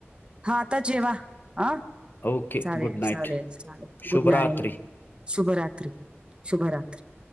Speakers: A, on the right; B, on the left.
A: हा आता जेवा ह
B: ओके
A: चालेल
B: गुड नाईट
A: चालेल चालेल
B: शुभरात्री
A: गुड नाईट. शुभरात्री शुभरात्री.